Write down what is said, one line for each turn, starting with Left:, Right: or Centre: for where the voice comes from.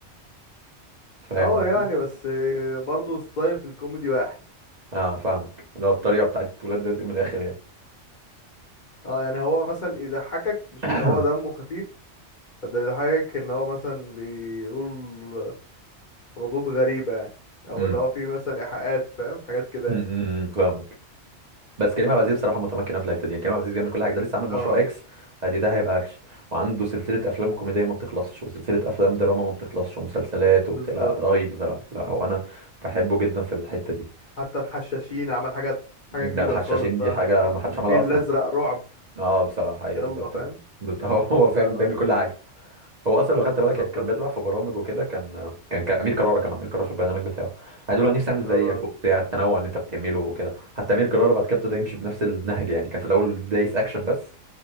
Right: فاهم
Left: اه
Right: قصدي
Left: يعني بس آه، برضه ستايل في الكوميدي واحد
Right: اه فاهمك اللي هو الطريقة بتاعت ولاد رزق من الاخر يعني
Left: اه يعني هو مثلا يضحكك مش
Right: <clears throat>
Left: ان هو دمه خفيف ده بيضحكك ان هو مثلا بيقول ردود غريبة يعني او
Right: امم
Left: اللي هو فيه مثلا ايحاءات فاهم حاجات كده
Right: <laughs> امم
Left: يعني
Right: فاهمك بس كريم عبد العزيز بصراحة متمكن في الحتة دي يعني كريم عبد العزيز بيعمل كل حاجة ده لسه عامل مشروع
Left: اه
Right: اكس ادي ده هيبقى اكشن وعنده سلسلة افلام كوميدية ما بتخلصش وسلسلة افلام دراما ما بتخلصش ومسلسلات
Left: بالظبط
Right: وبتاع لا رهيب بصراحة لا هو انا بحبه جدا في الحتة دي
Left: حتى الحشاشين عمل حاجات
Right: ده
Left: حاجة جديدة
Right: الحشاشين
Left: خالص بقى
Right: دي حاجة ما حدش
Left: الفيل
Right: عملها أصلا
Left: الأزرق رعب
Right: اه بصراحة أيوه
Left: يلا
Right: بالظبط
Left: فاهم
Right: بز... <laughs> هو هو
Left: لا
Right: فاهم
Left: لا
Right: بيعمل كل
Left: لا
Right: حاجة هو أصلا لو خدت
Left: بالظبط
Right: بالك يعني كان
Left: ده
Right: بيطلع في برامج وكده كان كان ك- أمير كرارة كان أمير كرارة في البرنامج بتاعه قال له أنا دلوقتي نفسي أعمل
Left: اللي
Right: زيك
Left: هو
Right: وبتاع التنوع اللي أنت بتعمله وكده حتى أمير كرارة بعد كده ابتدى يمشي بنفس النهج يعني كان في الأول دايس أكشن بس